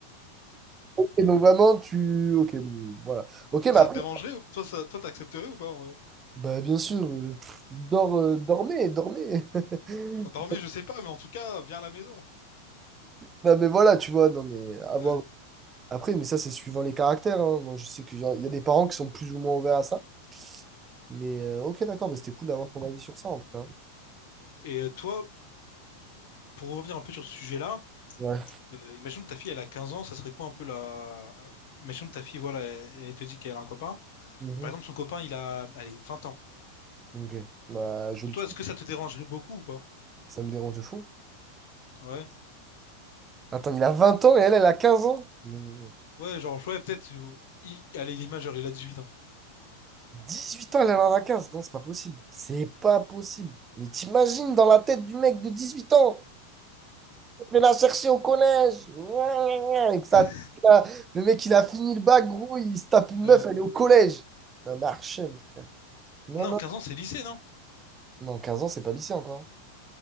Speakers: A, on the right (about 20°); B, on the left (about 55°).
A: Et donc vraiment, tu... Ok, bon, voilà. Ok, mais
B: Toi,
A: après,
B: ça te dérangerait? ou- Toi, ça... toi, t'accepterais ou pas, en vrai?
A: bah, bien sûr, euh, pff, dors, euh, dormez, dormez. <laughs>
B: Enfin, dormir, je sais pas, mais en tout cas, viens à la maison.
A: Bah, mais voilà, tu vois, non, mais avoir.
B: Ouais.
A: Après, mais ça, c'est suivant les caractères. hein. Moi, je sais qu'il y a, il y a des parents qui sont plus ou moins ouverts à ça. Mais euh, ok, d'accord, mais c'était cool d'avoir ton avis sur ça, en tout cas.
B: Et euh, toi, pour revenir un peu sur ce sujet-là,
A: Ouais.
B: euh, imagine que ta fille, elle a 15 ans, ça serait quoi un peu la... Imagine que ta fille, voilà, elle, elle te dit qu'elle a un copain.
A: Mhm.
B: Par exemple, son copain, il a, allez, 20 ans.
A: Ok. Bah, je
B: Pour
A: le
B: toi,
A: tue.
B: est-ce que ça te dérangerait beaucoup ou pas?
A: Ça me dérange de fou.
B: Ouais.
A: Attends, il a 20 ans et elle, elle a quinze ans? Non, non,
B: Ouais, genre, ouais, peut-être, euh, il... allez, l'image, genre, il a 18 ans.
A: non. 18 ans, elle en a 15. Non, c'est pas possible. C'est pas possible. Mais t'imagines dans la tête du mec de 18 ans, il l'a cherché au collège. Gna, gna, gna, Avec sa...
B: <laughs>
A: Le mec, il a fini le bac, gros, il se tape une
B: Euh,
A: meuf, elle est au collège. Un archem. Non,
B: non,
A: non.
B: 15 ans, c'est lycée, non?
A: Non, 15 ans, c'est pas lycée encore.